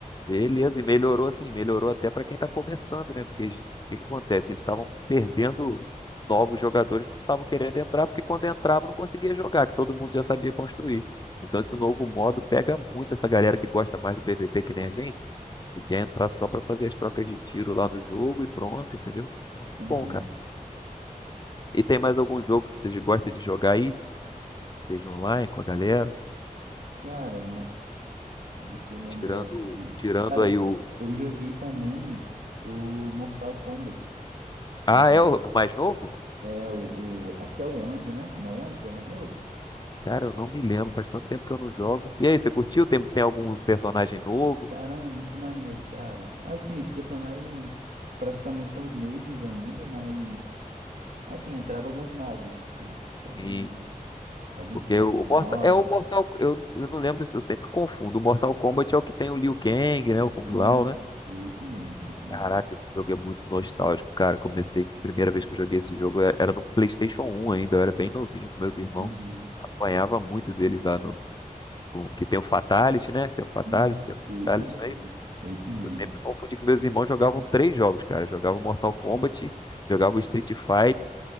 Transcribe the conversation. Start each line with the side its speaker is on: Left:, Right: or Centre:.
Left: Beleza, e melhorou assim, melhorou até para quem está começando, né? Porque eles- o que que acontece? Eles estavam perdendo novos jogadores, não estavam querendo entrar, porque quando entrava não conseguia jogar, que todo mundo já sabia construir. Então esse novo modo pega muito essa galera que gosta mais do PVP que nem a gente, e quer entrar só para fazer as trocas de tiro lá no jogo e pronto, entendeu?
Right: Aham.
Left: Bom, cara. E tem mais algum jogo que vocês gostam de jogar aí? Seja online com a galera?
Right: Cara, ma- deixa eu lembrar
Left: Tirando,
Right: aqui.
Left: tirando
Right: Cara,
Left: aí o.
Right: eu joguei também o Mortal Kombat. Ultimamente.
Left: Ah, é o mais novo?
Right: É o, o- Acho que é o onze né? Não é o 11 que é o mais novo?
Left: Cara, eu não me lembro, faz tanto tempo que eu não jogo. E aí, você curtiu? Tem, tem algum personagem novo?
Right: Caramba, muito maneiro, cara. Assim, os personagens praticamente são os mesmos ainda, mas assim, entraram alguns novos, né? Então,
Left: Sim,
Right: alguns
Left: porque
Right: poderes
Left: o
Right: novos.
Left: Mortal, é o Mortal, eu, eu não lembro se eu sempre confundo. O Mortal Kombat é o que tem o Liu Kang, né? O Kung
Right: Isso,
Left: Lao, né?
Right: esse mesmo, esse mesmo.
Left: Caraca, esse jogo é muito nostálgico, cara. Comecei, a primeira vez que eu joguei esse jogo é- era no PlayStation 1 ainda, eu era bem novinho com meus irmãos.
Right: Uhum.
Left: Apanhava muito deles lá no, com, que tem o Fatality, né? Tem o Fatality,
Right: Isso,
Left: tem o
Right: esse
Left: Fatality,
Right: mesmo,
Left: não é isso?
Right: esse mesmo.
Left: Eu sempre confundi que meus irmãos jogavam três jogos, cara. Jogavam Mortal Kombat, jogavam Street Fight,